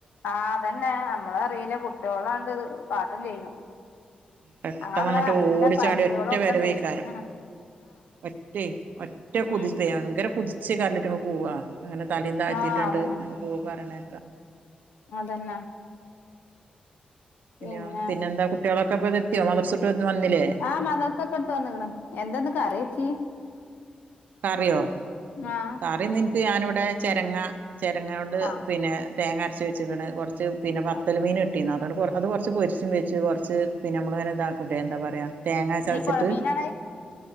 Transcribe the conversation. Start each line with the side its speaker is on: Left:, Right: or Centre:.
Left: ആഹ് അതന്നെ നമ്മള് അറിയുല്ല കുട്ടികളാണ്ട് കാട്ടും ചെയ്യും.
Right: പെട്ടെന്ന്
Left: ങ്ങ ഇവിടെ
Right: അങ്ങോട്ട്
Left: നല്ല
Right: ഓടിച്ചാടി
Left: പട്ടികളൊക്കെണ്ടേ
Right: ഒറ്റ വരവേക്കാരം
Left: ആഹ്
Right: ഒറ്റേ ഒറ്റ കുതിച്ച്
Left: ഉം
Right: പയങ്കര കുതിച്ച് ങട്കരഞ്ട്ട്പോവാ അങ്ങനെ തലേം താഴ്ത്തിയിട്ടിണ്ട്
Left: ആഹ് അതന്നെ
Right: അങ്ങനെ പോ പറയണേ
Left: അതന്നെ. പിന്നെ
Right: ഇനെയോ പിന്നെന്താ കുട്ടികളൊക്കെ ഇപ്പ എത്തിയോ മദ്രസട്ട് വന്നില്ലേ?
Left: ആഹ് മദ്രസൊക്കെ ഇട്ട് വന്ന്ക്ണ് എന്താ ഇന്ന് കറിചി
Right: കറിയോ?
Left: ആഹ്.
Right: കറിനിനിക്ക് ഞാനിവിടെ ചെരങ്ങ ചെരങ്ങ കൊണ്ട്
Left: ആഹ്
Right: പിന്നെ തേങ്ങ അരച്ച് വെച്ചിക്കണ് കൊറച്ച് പിന്നെ പത്തൽ
Left: ആഹ്
Right: മീൻ ഇട്ടിന്ന് അതുകൊണ്ട് അത് കുറച്ച് പൊരിച്ചും വെച്ച് കുറച്ച് പിന്നെ നമ്മൾങ്ങനെ തകുട്ടെ എന്താ പറയാ തേങ്ങാ ചച്ചിട്ട്
Left: ഈ പൊഴമീനാണത്